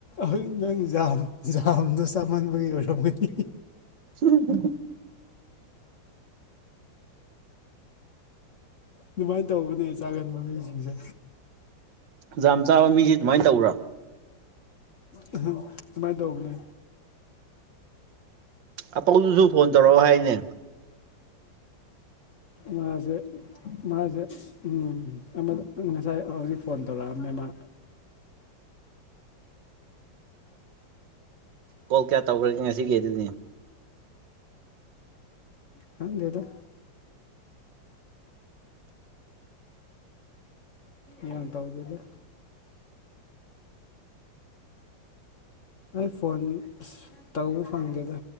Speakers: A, on the left; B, on the right.
A: ꯍꯧꯖꯤꯛ ꯅꯪ ꯌꯥꯝ ꯖꯥꯝꯗ‌ꯣ ꯆꯥꯃꯟꯕꯨꯒꯤ ꯑꯣꯏꯔꯒꯗꯤ
B: <unintelligible>
A: ꯑꯗꯨꯃꯥꯏꯅ ꯇꯧꯕꯅꯦ ꯆꯥꯒꯟꯕ ꯃꯤꯁꯤꯡꯁꯦ
B: ꯖꯥꯝ ꯆꯉꯕ ꯃꯤꯁꯤ ꯑꯗꯨꯃꯥꯏꯅ ꯇꯧꯕ꯭ꯔꯥ
A: ꯑꯗꯨꯃꯥꯏꯅ ꯇꯧꯕꯅꯦ
B: ꯑꯄꯧꯗꯨꯁꯨ ꯐꯣꯟ ꯇꯧꯔꯛꯑꯣ ꯍꯥꯏꯅꯦ
A: ꯃꯥꯁꯦ ꯃꯥꯁꯦ ꯎꯝ ꯉꯁꯥꯏ ꯍꯧꯖꯤꯛ ꯐꯣꯟ ꯇꯧꯔꯛꯑꯝꯃꯦ ꯃꯥ
B: ꯀꯣꯜ ꯀꯌꯥ ꯇꯧꯈ꯭ꯔꯒꯦ ꯉꯁꯤꯒꯤ ꯑꯗꯨꯅꯤ
A: ꯊꯪꯗꯦꯗ ꯌꯥꯝ ꯇꯧꯗꯦꯗ ꯑꯩ ꯐꯣꯟ ꯑꯁ ꯇꯧꯕ ꯐꯪꯒꯦꯗ